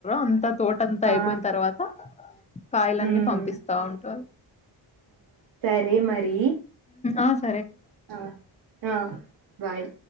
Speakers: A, on the left; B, on the right.
A: అంతా తోట అంతా
B: ఆ
A: అయిపోయిన తర్వాత కాయలన్నీ
B: ఉమ్
A: పంపిస్తా ఉంటారు.
B: అరే మరి
A: ఆఫ్
B: ఆ ఆ బాయ్